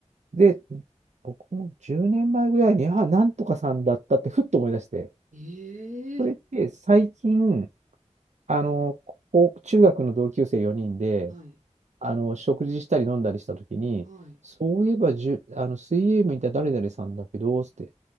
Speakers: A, on the right; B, on the right.
A: で、僕も10年前ぐらいに、あ、なんとかさんだったってふっと思い出して、
B: えーえ
A: それって最近、あの、こう中学の同級生4人で、
B: ーはい、
A: あの、食事したり飲んだりしたときに、
B: はい、
A: そういえばじゅ、あの、水泳部にいた誰々さんだけど、つって、